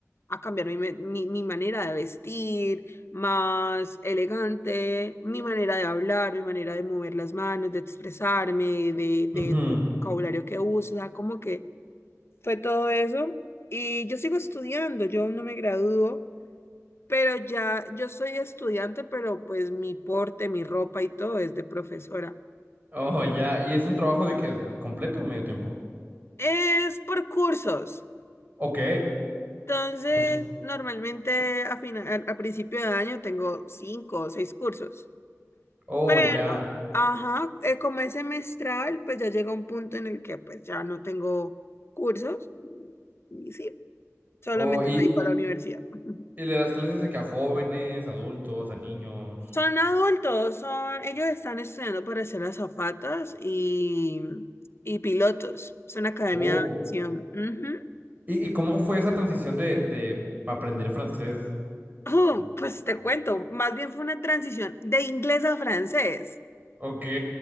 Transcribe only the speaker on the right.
Ujú.
Oh, ya. ¿Y es un trabajo de qué? ¿Completo o medio tiempo?
Ok.
Os-
Oh,
ya.
Oh, y,
y le das clases de que a jóvenes, adultos, a niños.
Oh.
¿Y, y cómo fue esa transición de, de pa' aprender francés?
Ok.